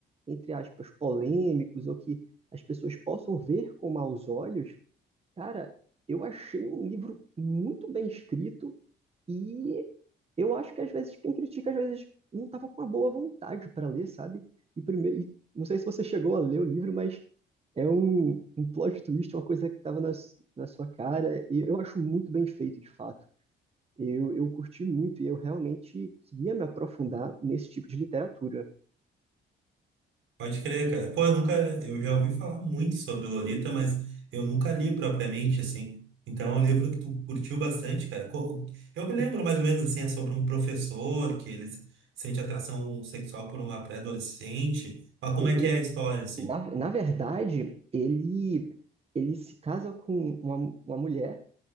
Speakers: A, on the right (about 30°); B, on the right (about 80°).
A: entre aspas, polêmicos, ou que as pessoas possam ver com maus olhos, cara, eu achei um livro muito bem escrito e eu acho que às vezes quem critica, às vezes não estava com uma boa vontade para ler, sabe? E primeiro, e não sei se você chegou a ler o livro, mas é um, um plot twist, uma coisa que estava na, s- na sua cara, e eu acho muito bem feito, de fato. Eu, eu curti muito e eu realmente queria me aprofundar nesse tipo de literatura.
B: Pode crer, cara. Pô, eu nunca, eu já ouvi falar muito sobre Lolita, mas eu nunca li propriamente, assim. Então, é um livro que tu curtiu bastante, cara. Co- Eu me lembro
A: Curti.
B: mais ou menos, assim, é sobre um professor que ele sente atração sexual por uma pré-adolescente. Mas como
A: E-
B: é que
A: Ele,
B: é a história, assim?
A: na, na verdade, ele, ele se casa com uma, uma mulher